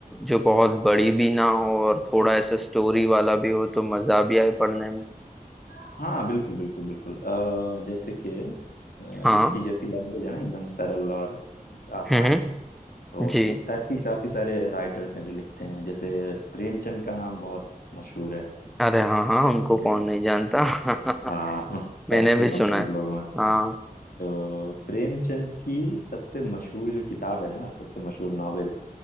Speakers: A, in the centre; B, on the left.
A: जो बहुत बड़ी भी ना हो और थोड़ा ऐसा स्टोरी वाला भी हो तो मजा भी आए पढ़ने में
B: हाँ बिल्कुल बिल्कुल बिल्कुल अ, जैसे कि अ,
A: हाँ
B: इसकी जैसी लैंग्वेज है ना एकदम सरल और आसान
A: हम्म
B: तो
A: जी
B: उस टाइप की काफी सारे राइटर्स हैं जो लिखते हैं जैसे प्रेमचंद का नाम बहुत मशहूर है
A: अरे हाँ हाँ उनको
B: ये-
A: कौन नहीं जानता <laughs>
B: हाँ <laughs>
A: मैंने
B: सबसे
A: भी सुना
B: मशहूर
A: है
B: लोगों में
A: हाँ
B: तो प्रेमचंद की सबसे मशहूर जो किताब है ना सबसे मशहूर नॉवेल